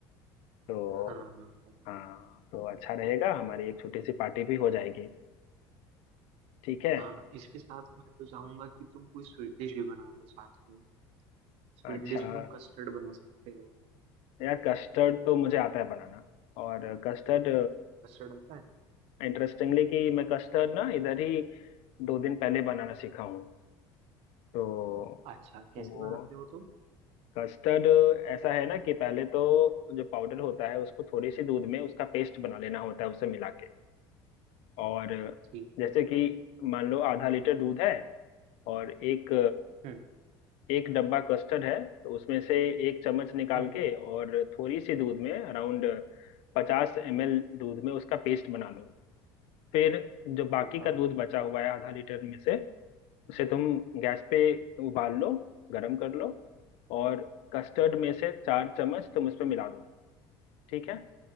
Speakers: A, on the left; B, on the right.
A: तो
B: हाँ हाँ हाँ
A: हाँ तो अच्छा रहेगा हमारी एक छोटी सी पार्टी भी हो जाएगी ठीक है
B: हाँ इसके साथ मैं तो चाहूंगा कि तुम कोई स्वीट डिश भी बना लो साथ में स्वीट
A: अच्छा
B: डिश में तुम कस्टर्ड बना सकते हो
A: यार कस्टर्ड तो मुझे आता है बनाना और कस्टर्ड
B: कस्टर्ड आता है
A: इंटरेस्टिंगली कि मैं कस्टर्ड ना इधर ही दो दिन पहले बनाना सीखा हूँ तो
B: अच्छा कैसे
A: वो
B: बनाते हो तुम
A: कस्टर्ड ऐसा है ना कि पहले तो जो पाउडर होता है उसको थोड़ी सी दूध में उसका पेस्ट बना लेना होता है उसे मिला के और
B: ठीक
A: जैसे
B: है
A: कि मान लो आधा लीटर दूध है और एक
B: हम्म
A: एक डब्बा कस्टर्ड है तो उसमें से एक चम्मच निकाल
B: हम्म
A: के और थोड़ी सी दूध में अराउंड पचास एम एल दूध में उसका पेस्ट बना लो फिर जो बाकी
B: हाँ
A: का
B: हाँ
A: दूध बचा हुआ है आधा लीटर में से उसे तुम गैस पे उबाल लो गरम कर लो और कस्टर्ड में से चार चम्मच तुम उसमें मिला दो ठीक है